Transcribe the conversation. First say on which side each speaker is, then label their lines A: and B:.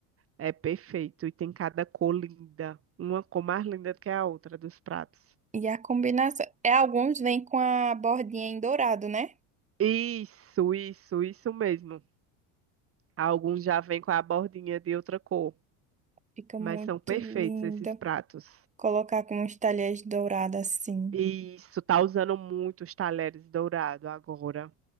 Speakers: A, on the right (about 35°); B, on the right (about 15°).
A: É perfeito. E tem cada cor linda. Uma cor mais linda do que a outra dos pratos.
B: E a combinação, é alguns vêm com a bordinha em dourado, né?
A: Isso, isso, isso mesmo. Alguns já vêm com a bordinha de outra cor,
B: Fica
A: mas
B: muito
A: são perfeitos
B: linda.
A: esses pratos.
B: Colocar com uns talheres dourados assim.
A: Isso, tá usando muito os talheres dourados agora.